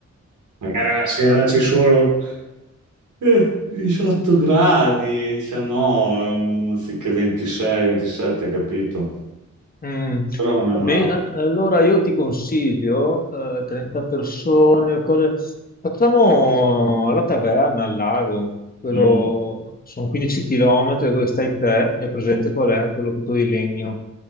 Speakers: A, on the right; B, on the left.
A: Magari la sera ci sono eh, 18 gradi, 19, mm, anziché 26, 27, capito?
B: Mm.
A: Però non
B: Va
A: è male.
B: bene, a- allora io ti consiglio, eh, 30 persone, cose- facciamo alla taverna, al lago, quello,
A: Mm.
B: sono 15 km da dove stai te, è presente qual è? Quello tutto di legno.